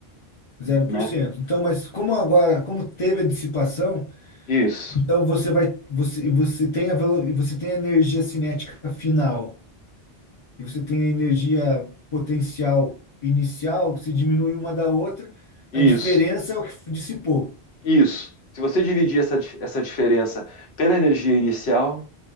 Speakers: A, on the left; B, on the left.
A: zero
B: né?
A: por cento. Então, mas como agora, como teve a dissipação,
B: Isso,
A: então você vai, você, você tem a, velo- você tem a energia cinética final. e você tem a energia potencial inicial, se diminui uma da outra,
B: isso,
A: a diferença é o que f- dissipou
B: isso. Se você dividir essa, dif- essa diferença pela energia inicial,